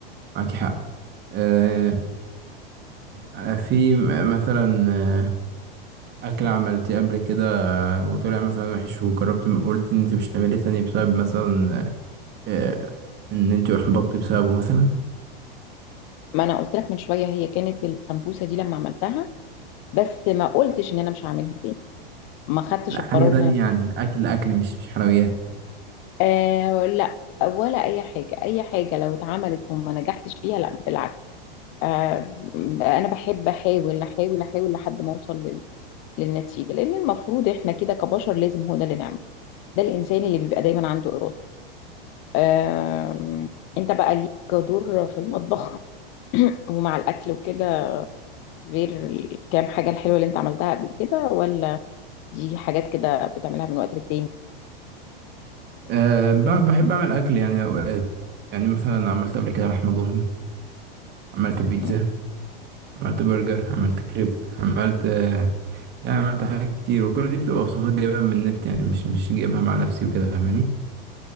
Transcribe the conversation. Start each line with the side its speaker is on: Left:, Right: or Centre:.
Right: معاكي حق آه، آه، في م- مثلا آه، أكلة عملتيه قبل كده آه، وطلع مثلا وحش وجربت م- قلت إن أنت مش هتعملي تاني بسبب مثلا آه، آه، إن أنت أحبطتي بسببه مثلا
Left: ما انا قلت لك من شويه هي كانت السمبوسه دي لما عملتها بس ما قلتش ان انا مش هعملها تاني ما خدتش
Right: لا
Left: القرار
Right: حاجة تانية
Left: ان انا
Right: يعني أكل أكل مش مش حلويات
Left: آه لا ولا اي حاجه اي حاجه لو اتعملت وما نجحتش فيها لا بالعكس آه انا بحب احاول احاول احاول لحد ما اوصل لل- للنتيجه لان المفروض احنا كده كبشر لازم هو ده اللي نعمله ده الانسان اللي بيبقى دايما عنده اراده آه انت بقى ليك دور في المطبخ ومع الأكل وكده غير الكام حاجة الحلوة اللي أنت عملتها قبل كده ولا دي حاجات كده بتعملها من وقت للتاني
Right: أه ب- بحب أعمل أكل يعني أوقات يعني مثلا عملت قبل كده لحمة ضاني عملت بيتزا
Left: مم.
Right: عملت برجر عملت كريب عملت آه، يعني عملت حاجات كتير وكل دي بتبقى وصفات جايبها من النت يعني مش مش جايبها مع نفسي وكده فاهماني